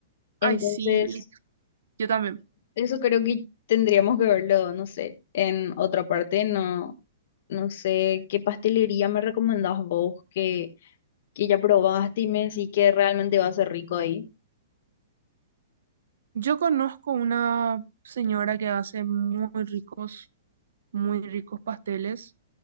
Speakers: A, on the right (about 75°); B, on the left (about 50°).
A: Ay,
B: Entonces,
A: sí, yo también.
B: eso creo que tendríamos que verlo, no sé, en otra parte. No, no sé qué pastelería me recomendás vos que, que ya probaste y me decís que realmente va a ser rico ahí.
A: Yo conozco una señora que hace muy ricos, muy ricos pasteles.